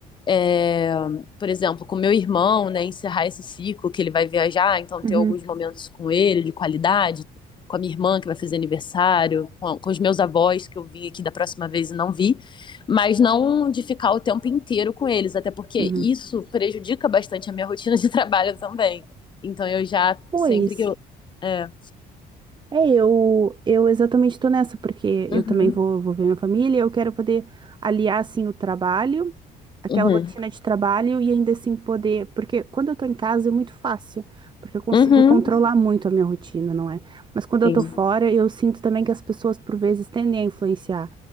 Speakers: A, on the left; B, on the right.
A: É, por exemplo, com meu irmão, né, encerrar esse ciclo que ele vai viajar, então
B: uhum,
A: ter alguns momentos com ele de qualidade, com a minha irmã que vai fazer aniversário, com, a- com os meus avós que eu vim aqui da próxima vez e não vi, mas não de ficar o tempo inteiro com eles, até porque
B: uhum.
A: isso prejudica bastante a minha rotina de <laughs> trabalho também. Então eu já
B: Pois.
A: sempre que eu é.
B: É, eu, eu exatamente estou nessa, porque
A: Uhum,
B: eu também vou, vou ver minha família, eu quero poder aliar, assim, o trabalho, aquela
A: uhum,
B: rotina de trabalho e ainda assim poder... Porque quando eu tô em casa é muito fácil, porque eu consigo
A: uhum.
B: controlar muito a minha rotina, não é? Mas quando eu
A: Sim,
B: tô fora, eu sinto também que as pessoas, por vezes, tendem a influenciar.